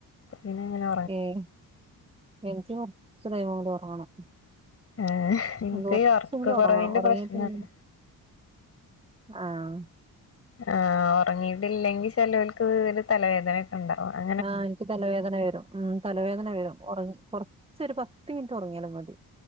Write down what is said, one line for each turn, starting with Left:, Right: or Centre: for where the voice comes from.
Left: പിന്നെങ്ങനാ
Right: ഏയ് എനിക്ക് കൊർച്ച് ടൈം കൂടി ഒറങ്ങണം.
Left: ഏഹ് എനിക്ക്
Right: ഇന്ന് കൊറ്ച്ചെങ്കിലും
Left: ഉറക്ക കുറവിന്റെ
Right: ഒറ്ങ്ങണം ഒറ്ങ്ങീട്ടില്ലെ
Left: പ്രശ്നണ്ട്
Right: ആഹ്
Left: ആഹ് ഒറ്ങ്ങീട്ടില്ലെങ്കിൽ ചെലോൽക്ക് ഒര് തലവേദനൊക്കെണ്ടാവും അ
Right: ആഹ് ഇന്ക്ക് തലവേദന വെരും ഉം തലവേദന വെരും. ഒറ്ങ്ങി കൊറ്ച്ചൊര് പത്ത് മിൻറ്റ് ഒറ്ങ്ങ്യാലും മതി.